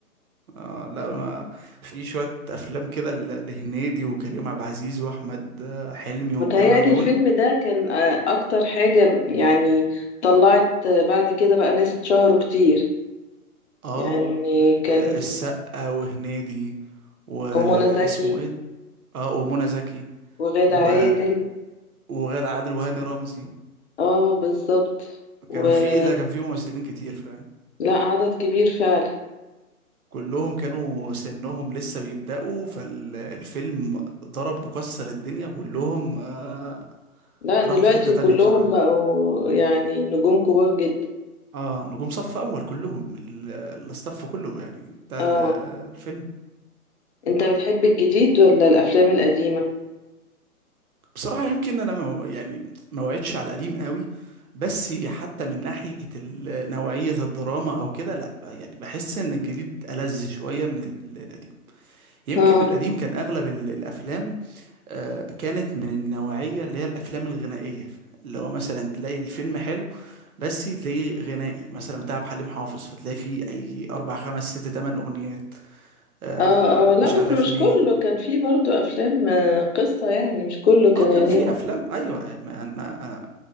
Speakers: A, on the right (about 70°); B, on the left (about 50°).
A: اه لا ما في شويه افلام كده ل- لهنيدي وكريم عبد العزيز واحمد آه، حلمي والجماعه
B: متهيألي
A: دول
B: الفيلم ده كان آه، اكتر حاجه ب- يعني طلعت آه، بعد كده بقى ناس اتشهروا كتير
A: اه
B: يعني كان
A: آه، السقا وهنيدي واسمه
B: ومنى زكي
A: ايه اه ومنى زكي
B: وغادة
A: و...
B: عادل
A: وغادة عادل وهاني رمزي
B: اه بالظبط ولا
A: كان في لا كان في ممثلين كتير فاهم
B: عدد كبير فعلا
A: كلهم كانوا سنهم لسه بيبدأوا فالفيلم ضرب وكسر الدنيا كلهم آه
B: لا دلوقتي
A: راحوا في حتة تانية
B: كلهم
A: بصراحة
B: بقوا يعني نجوم كبار جدا
A: اه نجوم صف أول كلهم ال- الاستاف كله يعني بتاع
B: اه
A: ال- آه، الفيلم
B: انت بتحب الجديد ولا الافلام القديمة
A: بصراحة يمكن أنا ما يعني ما وعدتش على القديم قوي بس حتى من ناحية ال- نوعية الدراما أو كده لأ يعني بحس إن الجديد ألذ شوية من ال- القديم يمكن
B: اه
A: القديم كان أغلب ال- الأفلام آه، كانت من النوعية اللي هي الأفلام الغنائية اللي هو مثلا تلاقي الفيلم حلو بس تلاقيه غنائي مثلا بتاع عبد الحليم حافظ فتلاقي فيه أي أربع خمس ست تمن أغنيات آه
B: اه اه لا
A: مش عارف
B: بس مش
A: مين
B: كله كان فيه برضو افلام آه، قصة يعني مش كله كان
A: اه كان
B: غني
A: في أفلام أيوة ما أنا أنا